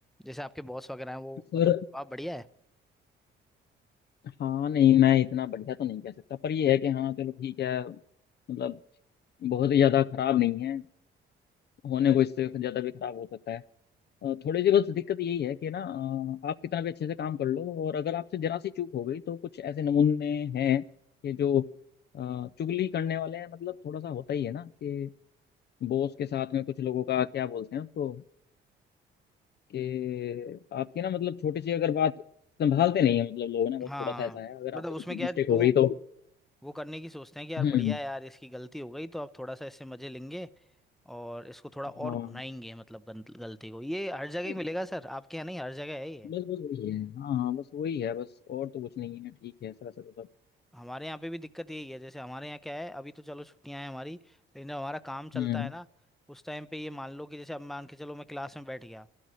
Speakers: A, in the centre; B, on the left.
A: जैसे आपके बॉस वगैरह हैं वो
B: पर
A: मतलब आप बढ़िया है
B: हाँ नहीं मैं इतना बढ़िया तो नहीं कह सकता पर ये है कि हाँ चलो ठीक है मतलब बहुत ही ज्यादा खराब नहीं है होने को इससे ज्यादा भी खराब हो सकता है अ, थोड़ी सी बस दिक्कत यही है कि ना अ, आप कितना भी अच्छे से काम कर लो और अगर आपसे जरा सी चूक हो गई तो कुछ ऐसे नमूने हैं कि जो अ, चुगली करने वाले हैं मतलब थोड़ा सा होता ही है ना कि बॉस के साथ में कुछ लोगों का क्या बोलते हैं उसको कि आपकी ना मतलब छोटी सी अगर बात संभालते नहीं है मतलब लोग ना बस
A: हाँ
B: थोड़ा सा ऐसा है अगर
A: मतलब
B: आपसे
A: उसमें
B: कुछ
A: क्या
B: मिस्टेक
A: है वो
B: हो गई तो
A: वो करने की सोचते हैं कि यार
B: हम्म
A: बढ़िया है यार इसकी गलती हो गई तो अब थोड़ा सा इससे मजे लेंगे और इसको थोड़ा और
B: हाँ
A: भुनाएंगे मतलब गंत- गलती को ये हर जगह
B: नहीं
A: ही मिलेगा सर आपके यहाँ नहीं हर जगह है ये
B: बस बस वही है हाँ हाँ बस वही है बस और तो कुछ नहीं है ठीक है सर सर सब
A: हमारे यहाँ पे भी दिक्कत यही है जैसे हमारे यहाँ क्या है अभी तो चलो छुट्टियां हैं हमारी लेकिन जब हमारा काम चलता
B: हम्म
A: है ना उस टाइम पे ये मान लो कि जैसे अब मान के चलो मैं क्लास में बैठ गया